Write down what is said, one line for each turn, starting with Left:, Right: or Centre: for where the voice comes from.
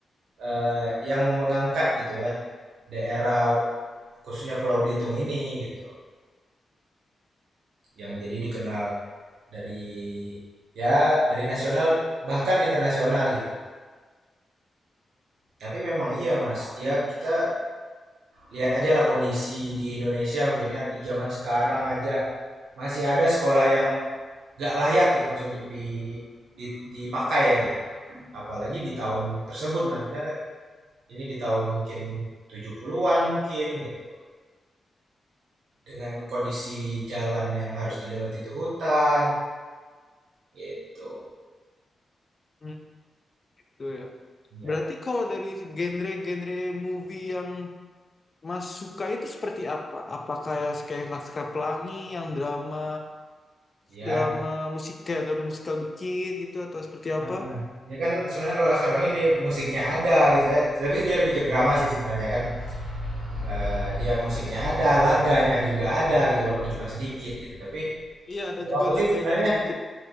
Right: eh, yang mengangkat gitu ya daerah khususnya Pulau Belitung ini gitu yang jadi dikenal dari ya dari nasional bahkan internasional gitu. Tapi memang iya Mas, ya kita lihat aja lah kondisi di Indonesia mungkinnya di zaman sekarang aja masih ada sekolah yang gak layak gitu Mas untuk di, di- dipakai ya gitu. Apalagi di tahun tersebut Mas misalnya ini di tahun mungkin 70-an mungkin gitu. Dengan kondisi jalan yang harus dilewati itu hutan gitu.
Left: hmm, Gitu ya.
Right: ya
Left: Berarti kalau dari genre-genre movie yang Mas suka itu seperti apa? Apa kayak kayak Laskar Pelangi yang drama
Right: ya
Left: drama musik kayak drama musikal dikit gitu atau seperti apa?
Right: Eee, dia kan sebenarnya kalau Laskar Pelangi dia musiknya ada gitu ya, tapi dia lebih ke drama sih sebenarnya kan, eee, dia musiknya ada, laganya juga ada gitu walaupun cuma sedikit gitu. Tapi
Left: Iya, ada
Right: kalau
Left: juga
Right: aku sih
Left: laganya
Right: sebenarnya
Left: yang sedikit.